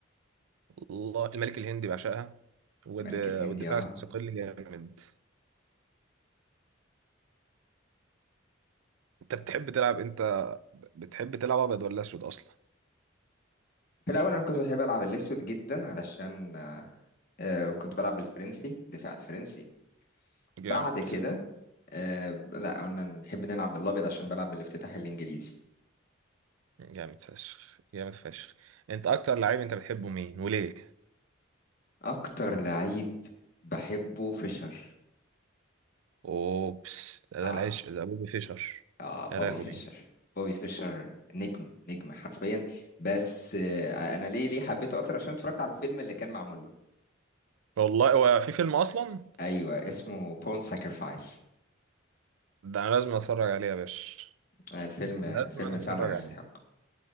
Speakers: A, on the right; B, on the left.
A: الله الملك الهندي بعشقها والد-
B: ملك الهندي
A: والدفاع
B: اه
A: الثقيل جامد انت بتحب تلعب انت بتحب تلعب ابيض ولا اسود اصلا
B: في الاول انا كنت بحب العب الاسود جدا علشان أه آه، كنت بلعب بالفرنسي دفاع الفرنسي
A: جامد
B: بعد كده أه لا قلنا نحب نلعب بالابيض عشان بلعب بالافتتاح الانجليزي
A: جامد فشخ جامد فشخ انت اكتر لعيب انت بتحبه مين وليه
B: اكتر لعيب بحبه فيشر
A: اوبس ده,
B: آه,
A: ده العشق ده بوبي فيشر
B: اه بوبي
A: يا لهوي
B: فيشر بوبي فيشر نجم نجم حرفيا بس آه انا ليه ليه حبيته اكتر عشان اتفرجت على الفيلم اللي كان معمول له
A: والله هو في فيلم اصلا
B: ايوه اسمه بون ساكرفايس
A: ده انا لازم اتفرج عليه يا باشا
B: الفيلم
A: لازم
B: الفيلم
A: اتفرج
B: فعلا يستحق
A: عليه